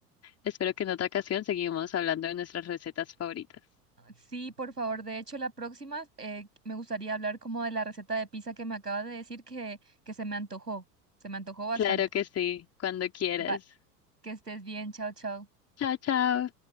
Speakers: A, on the left (about 30°); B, on the right (about 85°).
A: Espero que en otra ocasión seguimos hablando de nuestras recetas favoritas.
B: Sí, por favor. De hecho, la próxima eh, me gustaría hablar como de la receta de pizza que me acabas de decir que, que se me antojó. Se me antojó bastante.
A: Claro que sí, cuando quieras.
B: Va, que estés bien. Chao, chao.
A: Chao, chao.